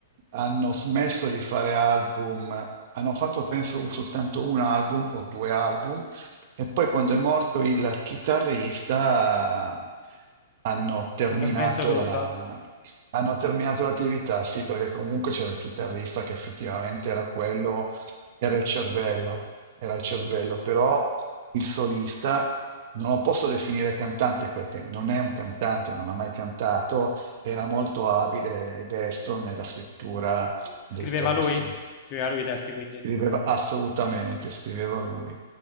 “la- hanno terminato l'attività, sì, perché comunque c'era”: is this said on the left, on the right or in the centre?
Right